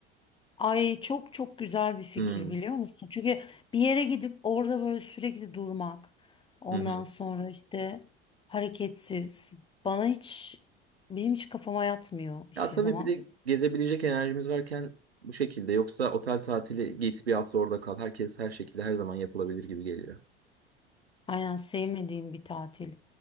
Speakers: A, on the left; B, on the right.
A: Ay çok çok güzel bir fikir
B: Hmm,
A: biliyor musun? Çünkü bir yere gidip orada böyle sürekli durmak. Ondan
B: Hı hı.
A: sonra işte hareketsiz. Bana hiç benim hiç kafama yatmıyor hiçbir
B: Ya tabii
A: zaman.
B: bir de gezebilecek enerjimiz varken bu şekilde yoksa otel tatili git bir hafta orada kal. Herkes her şekilde her zaman yapılabilir gibi geliyor.
A: Aynen sevmediğim bir tatil.